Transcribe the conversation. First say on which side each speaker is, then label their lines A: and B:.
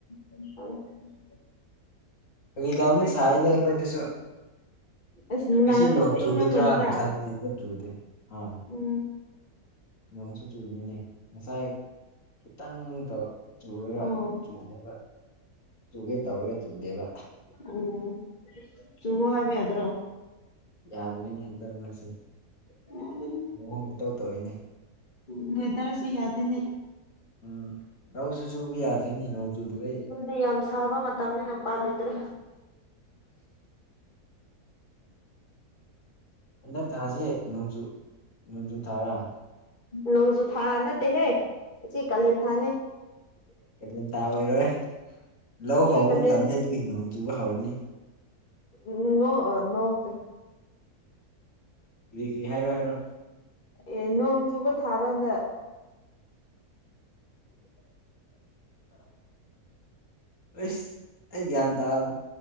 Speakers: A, on the left (about 30°); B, on the left (about 55°).
A: <unintelligible>
B: ꯐꯥꯒꯤ ꯇꯧꯕꯅꯤ
A: ꯈꯨꯟ
B: ꯁꯥꯏꯗ ꯑꯩꯈꯣꯏꯗꯁꯨ
A: ꯑꯁ ꯅꯨꯡꯗꯥꯡꯗꯗꯤ
B: ꯉꯁꯤ ꯅꯣꯡ
A: ꯈꯔ
B: ꯆꯨꯒꯗ꯭ꯔꯥꯅ
A: ꯏꯪꯉꯝꯒꯅꯤꯗ
B: ꯈꯟꯕꯅꯦ ꯑꯗꯨ ꯆꯨꯗꯦ ꯑ
A: ꯎꯝ
B: ꯅꯣꯡꯁꯨ ꯆꯨꯗꯦꯅꯦ ꯉꯁꯥꯏ ꯈꯤꯇꯪꯗꯣ ꯆꯨꯔꯒ
A: ꯑꯣ
B: ꯈꯤꯛꯂꯒ ꯆꯨꯒꯦ ꯇꯧꯔꯒ ꯆꯨꯗꯦꯕ
A: ꯑꯣ ꯆꯨꯋꯣ ꯍꯥꯏꯕ ꯌꯥꯗ꯭ꯔꯣ
B: ꯌꯥꯗꯕꯩꯅꯦ ꯍꯟꯗꯛ ꯃꯔꯛꯁꯦ
A: ꯌꯥꯒꯅꯤ
B: ꯃꯑꯣꯡꯃ ꯏꯇꯧ ꯇꯧꯏꯅꯦ
A: ꯎꯝ ꯋꯦꯗꯔꯁꯦ ꯌꯥꯗꯦꯅꯦ
B: ꯎꯝ ꯂꯧꯁꯨ ꯁꯨꯕ ꯌꯥꯗ꯭ꯔꯦꯅꯦ ꯅꯣꯡ ꯆꯨꯗꯕꯩ
A: ꯑꯩ ꯌꯥꯝ ꯁꯥꯕ ꯃꯇꯝꯅꯤꯅ ꯎꯄꯥꯏ ꯂꯩꯇ꯭ꯔꯦ
B: ꯍꯟꯗꯛ ꯊꯥꯁꯦ ꯅꯣꯡꯖꯨ ꯅꯣꯡꯖꯨ ꯊꯥꯔꯥ
A: ꯅꯣꯡꯖꯨ ꯊꯥ ꯅꯠꯇꯦꯍꯦ ꯁꯤ ꯀꯥꯂꯦꯟ ꯊꯥꯅꯦ
B: ꯀꯥꯂꯦꯟꯊꯥ ꯑꯣꯏꯔꯣꯏꯍꯦ ꯂꯧ ꯍꯧꯕ
A: ꯑꯦ ꯀꯥꯂꯦꯟ
B: ꯃꯇꯝꯅꯦ ꯑꯗꯨꯒꯤ ꯅꯣꯡ ꯆꯨꯕ ꯍꯧꯔꯅꯤ
A: ꯎꯝ ꯅꯣꯛꯑ ꯅꯣꯛꯇꯦ
B: ꯀ꯭ꯔꯤ ꯀ꯭ꯔꯤ ꯍꯥꯏꯔꯣ ꯍꯥꯏꯔꯣ
A: ꯑꯦ ꯅꯣꯡ ꯆꯨꯕ ꯊꯥꯔꯅꯦ
B: ꯑꯩꯁ ꯑꯩ ꯒ꯭ꯌꯥꯟ ꯇꯥꯕ